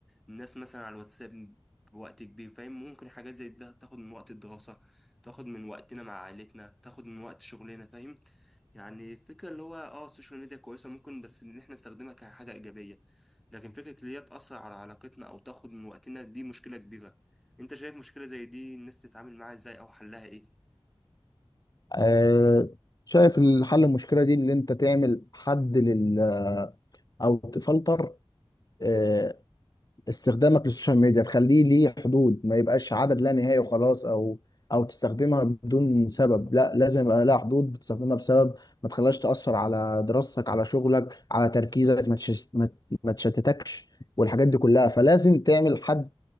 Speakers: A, in the centre; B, on the left (about 40°).
A: الناس مثلا على الواتساب وقت كبير فاهم ممكن حاجات زي ده تاخد من وقت الدراسه تاخد من وقتنا مع عائلتنا تاخد من وقت شغلنا فاهم يعني الفكرة اللي هو اه السوشيال ميديا كويسة ممكن بس ان احنا نستخدمها كحاجة ايجابية لكن فكرة اللي هي تأثر على علاقتنا او تاخد من وقتنا دي مشكلة كبيرة انت شايف مشكلة زي دي الناس تتعامل معاها ازاي او حلها ايه؟
B: آه، شايف الحل المشكلة دي اللي انت تعمل حد لل او تفلتر آه، استخدامك للسوشيال ميديا تخليه ليه حدود ما يبقاش عدد لا نهائي وخلاص او او تستخدمها بدون سبب لا لازم يبقى لها حدود بتستخدمها بسبب ما تخليهاش تأثر على دراستك على شغلك على تركيزك ما تشش- ما ما تشتتكش والحاجات دي كلها فلازم تعمل حد